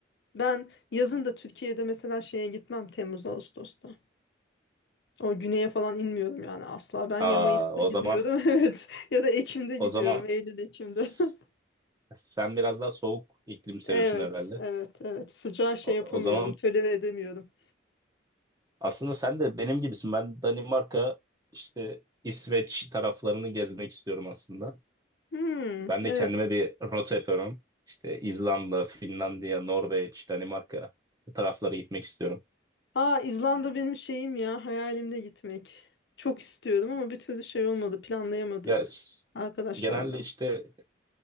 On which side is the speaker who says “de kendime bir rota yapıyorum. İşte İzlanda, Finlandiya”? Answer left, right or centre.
Right